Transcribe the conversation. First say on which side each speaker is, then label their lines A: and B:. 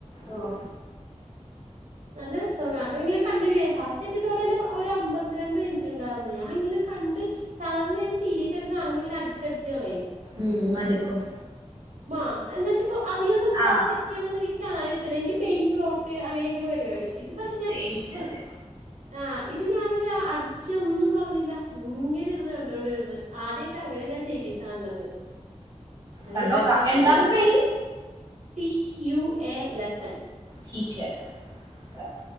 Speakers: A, on the right; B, on the right.
A: ഓ
B: <inaudible> നല്ല രസ കാ അതിങ്ങനെ കണ്ടിരിക്ക ഫസ്റ്റ് എപ്പിസോഡ്നെ ഒര അമ്പത്തിരണ്ട് മിൻറ്റ് ഇണ്ടാർന്ന് ഞാൻ ഇങ്ങനെ കണ്ട് സാധാരണ ഞാൻ സീരീസൊക്കെ കാണുമ്പോ ഇങ്ങനെ അടിച്ചടിച്ച് കളയും.
A: ഉം മടുക്കും.
B: മ്മ എന്നാ വെച്ചാ ഇപ്പം അധികം സംസാരിച്ചൊക്കെയാണ്
A: ആഹ്
B: അത് എനിക്ക് കാണാൻ ഇഷ്ടല്ല എനിക്ക് മെയിൻ പ്ലോ ട്ട് അങ്ങനൊക്കെയാണ് പരിപാടി ഇത് പക്ഷെ ഞാൻ
A: പിച്ച അതെ.
B: ആഹ് ഇത് ഞൻ പക്ഷെ അടിച്ച് ഒന്നും കളഞ്ഞില്ല. ഇങ്ങനെ ഇരുന്ന് കണ്ടോടെ ഇരിന്ന്, ആദ്യയിട്ട ങ്ങനെ ഞാൻ സീരീസ് കാൻണത്. അല്ല
A: കണ്ടോക്കാം
B: ഞാൻ ചെലപഷു
A: എന്താർന്ന് പേര്
B: teach you a lesson.
A: Teach വേമസൻ അതാ